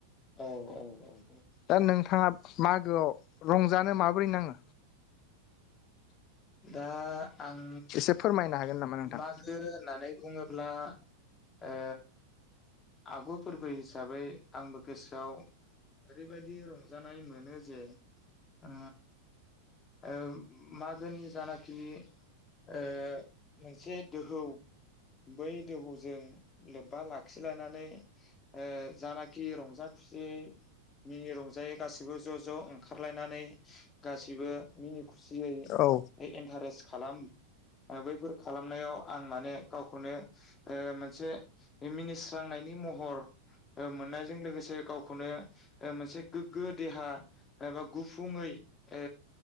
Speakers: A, on the left; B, on the left.
A: औ औ औ।
B: दा नोंथाङा मागोआव रंजानो माबोरै नाङो
A: दा आं
B: एसे फोरमायनो हागोन नामा नोंथां
A: मागो होननानै बुङोब्ला ओ आगु फोरबो हिसाबै आंबो गोसोआव ओरैबायदि रंजानाय मोनो जे ओ ओ मागोनि जानाखि ओ मोनसे दोहौ बै दोहौजों लोब्बा लाखिलायनानै ओ जानाखि रंजा खुसि मिनि रंजायोै गासैबो ज' ज' ओंखारलायनानै गासैबो मिनि खुसियै
B: औ
A: इन्टारेस्ट खालाम बैफोर खालामनायाव आं माने गावखौनो ओ मोनसे मिनिस्रांनायनि नि महर मोननायजों लोगोसे गावखौनो मोनसे गोग्गो देहा एबा गुफुङै ओ